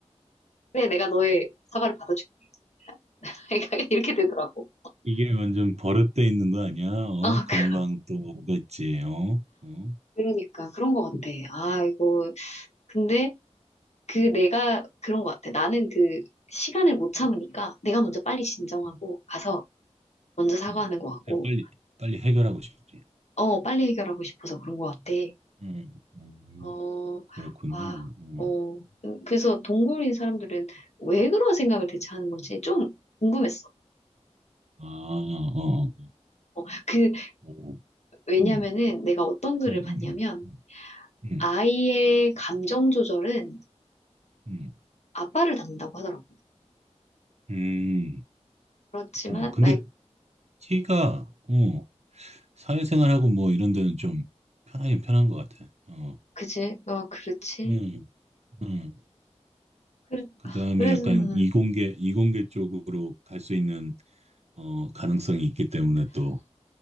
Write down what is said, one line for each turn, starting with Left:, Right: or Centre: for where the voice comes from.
Left: 그래, 내가 너의 사과를 받아줄게. 그러니까 <laughs> 이렇게 되더라고.
Right: 이게 완전 버릇돼 있는 거 아니야? 어?
Left: 아,
Right: 금방
Left: 그-
Right: 또 오겠지, 어? 어?
Left: 그러니까 그런 것 같아. 아, 이거 근데 그 내가 그런 것 같아. 나는 그 시간을 못 참으니까
Right: 음,
Left: 내가 먼저 빨리 진정하고
Right: 음,
Left: 가서 먼저 사과하는
Right: 음.
Left: 것 같고,
Right: 그래, 빨리, 빨리 해결하고 싶지.
Left: 어, 빨리 해결하고 싶어서 그런 것 같아.
Right: 음, 음,
Left: 어,
Right: 그렇구나.
Left: 아,
Right: 어.
Left: 어. 그래서 동굴인 사람들은 왜 그런 생각을 대체 하는 건지 좀 궁금했어.
Right: 아, 어, 어.
Left: 어, 그
Right: 오,
Left: 왜냐면은
Right: 음, 음,
Left: 내가 어떤 글을
Right: 음,
Left: 봤냐면
Right: 음, 음,
Left: 아이의 감정 조절은
Right: 음,
Left: 아빠를 닮는다고 하더라고.
Right: 음,
Left: 그렇지만,
Right: 그렇구나. 근데 키가, 어, 사회생활하고 뭐 이런 데는 좀 편하긴 편한 것 같아. 어,
Left: 그치? 어, 그렇지.
Right: 음, 음.
Left: 그래,
Right: 그
Left: 아,
Right: 다음에
Left: 그래서,
Right: 약간
Left: 음.
Right: 이공계, 이공계 쪽으로 갈 수 있는, 어, 가능성이 있기 때문에 또